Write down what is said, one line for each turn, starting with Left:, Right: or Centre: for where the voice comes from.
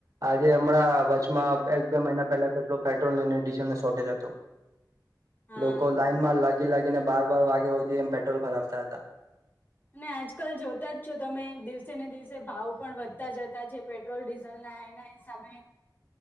Right: આજે હમણાં એક બે મહિના પહેલા, કેટલું પેટ્રોલ અને ડીઝલને શોર્ટેજ હતું.
Left: હા
Right: લોકો લાઇનમાં લાગી લાગીને, બાર બાર વાગે સુધી એમ પેટ્રોલ ભરાવતા હતા.
Left: અને આજકાલ જોતા જ છો તમે? દિવસે ને દિવસે ભાવ પણ વધતા જતા છે. પેટ્રોલ ડીઝલ ના એના હિસાબે,